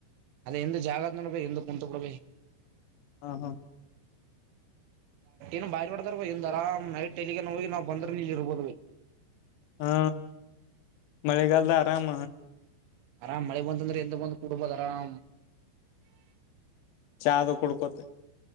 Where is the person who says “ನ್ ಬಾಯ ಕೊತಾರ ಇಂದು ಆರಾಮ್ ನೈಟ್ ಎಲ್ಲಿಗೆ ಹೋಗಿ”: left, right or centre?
Right